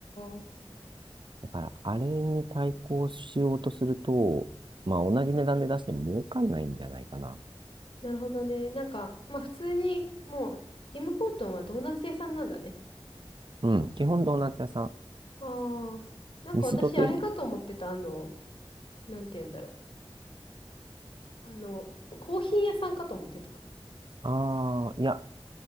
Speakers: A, on the left; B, on the right.
A: ー、
B: だから、あれに対抗しようとすると、まあ、同じ値段で出しても儲かんないんじゃないかな。
A: なるほどね。なんか、まあ、普通に、もう、ティム・ホートンはドーナツ屋さんなんだね。
B: うん、基本ドーナツ屋さん。
A: あー、なんか私、
B: ミスドとい、
A: あれかと思ってた、あの、なんて言うんだろう。あの、コーヒー屋さんかと思ってた。
B: ああ、いや、